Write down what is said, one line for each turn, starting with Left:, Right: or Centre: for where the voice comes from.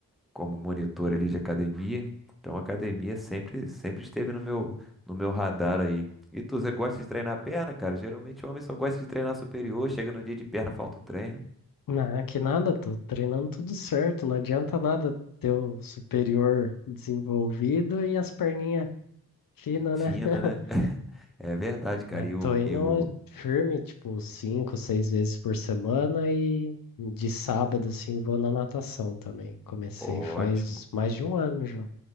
Centre: como monitor ali de academia. Então, academia sempre, sempre esteve no meu, no meu radar aí. E tu, você gosta de treinar perna, cara? Geralmente o homem só gosta de treinar superior, chega no dia de perna, falta o treino.
Left: Ah, que nada, tô treinando tudo certo, não adianta nada ter o superior desenvolvido e as perninhas finas,
Centre: Fina,
Left: né? <laughs>
Centre: né? <laughs> É verdade,
Left: Mas
Centre: cara. E o,
Left: tô indo
Centre: e o...
Left: firme, tipo, cinco, seis vezes por semana e de sábado, assim, vou na natação também. Comecei
Centre: Ótimo.
Left: faz mais de um ano já.